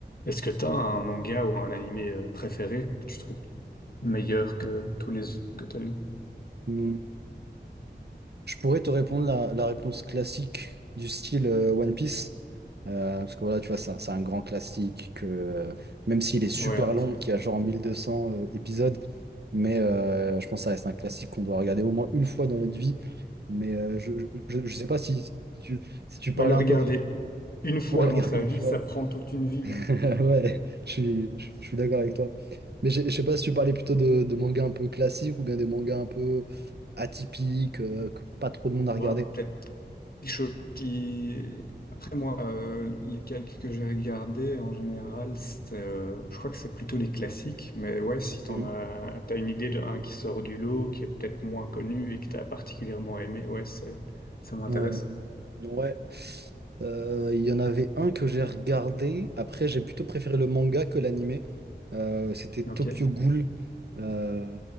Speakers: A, on the left; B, on the right.
A: Est-ce que t'as un manga ou un animé euh, préféré que tu trouves meilleur que tous les autres que t'as vus?
B: Hmm, Je pourrais te répondre la, la réponse classique du style euh, One Piece. Euh, parce que voilà, tu vois, c'est un, c'est un grand classique que, euh, même s'il est
A: Ouais,
B: super
A: en effet.
B: long, qui
A: ouais.
B: a genre 1200 euh, épisodes, mais euh, je pense que ça reste un classique qu'on doit regarder au moins une fois dans notre vie. Mais euh, je, je, je je sais pas si, si tu, si tu parlais
A: Bah, le regarder
B: un peu de... <laughs>
A: une fois
B: Ouais, regarder
A: dans sa
B: une
A: vie,
B: fois.
A: ça prend toute une vie, non?
B: <laughs> Ouais, je suis, je je suis d'accord avec toi. Mais je je sais pas si tu parlais plutôt de, de mangas un peu classiques ou bien des mangas un peu atypiques, euh, que pas trop de monde
A: Bah,
B: a regardé.
A: peut-être quelque chose qui... Après, moi, euh, les calques que j'ai regardés, en général, c'est, euh, je crois que c'est plutôt les classiques. Mais ouais, si t'en
B: Mhm.
A: as, t'as une idée d'un qui sort du lot, qui est peut-être moins connu et que t'as particulièrement aimé, ouais, c'est, ça m'intéresse.
B: Euh, ouais, Euh, Il y en avait un que j'ai regardé. Après, j'ai plutôt préféré le manga que l'animé. Euh, c'était Tokyo
A: Ok.
B: Ghoul. Euh,